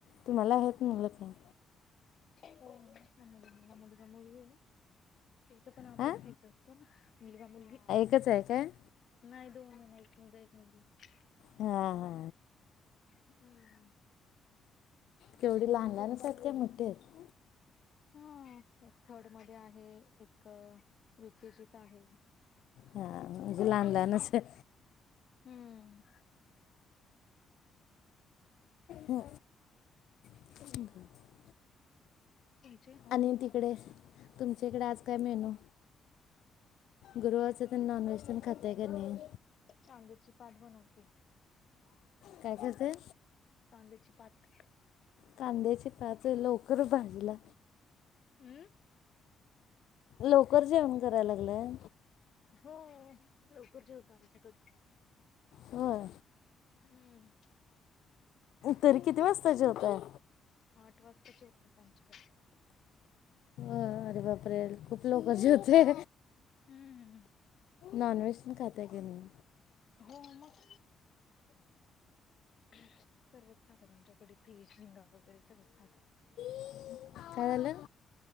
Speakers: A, on the left (about 75°); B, on the left (about 55°).
A: तुम्हाला आहेत मुल तीन.
B: हो मुलगा, मुलगी आहे. तेचा पण अभ्यास
A: हां
B: घ्यायचा असतो ना मुलगा मुलगी
A: इथेच आहे काय?
B: नाही दोन मला. एक मुलगा मुलगी एक
A: हा हा हा
B: हम्
A: केवढी लहान लहानच आहेत. काय मोठी आहेत
B: हा एक थर्ड मध्ये आहे एक युकेजीत आहे.
A: हा म्हणजे लहान लहानच आहेत.
B: हम्म.
A: हो <unintelligible>
B: तुमचे
A: आणि तिकडे तुमच्या इकडे आज काय मेनू गुरुवारच तेन नॉनवेज तेन खाताय का नाही
B: कांद्याचीपाथ बनवत.
A: काय करताय?
B: कांद्याचीपात.
A: कांद्याचीपाथ लवकर भाजीला
B: हम्म
A: लवकर जेवण कराय लागलाय.
B: हो लवकर जेवतो आमच्याकडे
A: होय
B: हम्म
A: तरी किती वाजता जेवताय?
B: आठ वाजता जेवतात आमच्याकडे.
A: अरे बापरे खूप लवकर जेवताय.
B: हम्म हम्म
A: नॉनव्हेज तेन खाताय की नाही?
B: हो मग, <inaudible> सर्वच खात्यात आमच्यात फिश, झिंगा वगैरे सगळंच खातात.
A: <inaudible> कायं झालं?